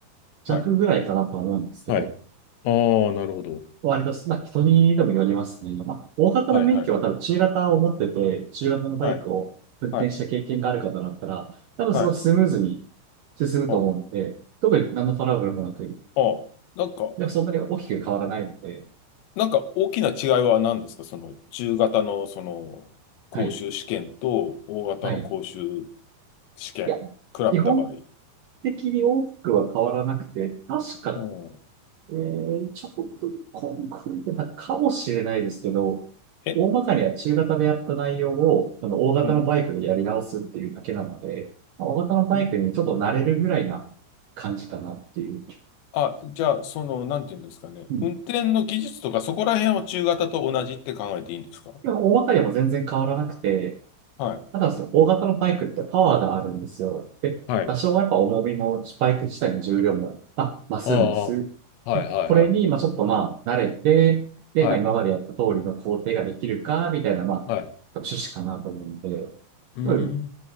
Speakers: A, on the right; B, on the left.
A: 弱ぐらいかなと思うんですけど、
B: はい。はい。ああ、なるほど。
A: 割とまあ人にでもよりますね。まあ、大型の免許は多分中型を持ってて、
B: はい、はい、
A: 中型のバイクを運転した経験がある方だったら、
B: はい、はい、
A: 多分すごいスムーズに
B: はい。
A: 進むと思うんで、
B: あ、
A: 特に何のトラブルもなく、
B: あ、なんか、
A: でもそんなに大きく変わらないので、
B: なんか大きな違いは何ですかその中型のその講習試験と大型の講習
A: はい。はい。い
B: 試験、
A: や、
B: 比べた場合。
A: 基本的に大きくは変わらなくて、確か、
B: うん
A: えー、ちょっと、こん、これてたかもしれないですけど、
B: え
A: 大まかには中型でやった内容を、あの、大型のバイクでやり直すっていうだけなので、
B: うん。
A: まあ大型のバイクにちょっと慣れるぐらいな感じかなっていう。
B: うんあ、じゃあ、その、なんていうんですかね。
A: うん。
B: 運転の技術とかそこら辺は中型と同じって考えていいんですか
A: でも、大まかにはもう全然変わらなくて、
B: はい。
A: ただその大型のバイクってパワーがあるんですよ。で、
B: はい。
A: 多少はやっぱ重みも、バイク自体の重量も、まあ、増すんです。
B: ああ、はいはいはい。
A: で、これに、まあちょっとまあ慣れて、で、
B: はい、
A: まあ今までやった通りの工程ができるか、みたいな、まあ、
B: はい。
A: 趣旨かなと思うんで、
B: うーん、
A: うん、